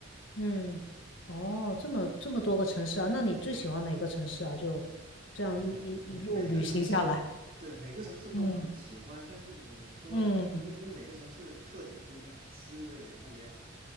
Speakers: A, on the left; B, on the right.
A: 嗯，哦，这么这么多个城市啊，那你最喜欢哪个城市啊？就这样一一一路旅行下来，
B: 嗯每嗯每个城市，对，每个城市都很喜欢，
A: 嗯
B: 但是你说，
A: 嗯，
B: 因因为每个城市特点不一样啊，吃的也不一样啊，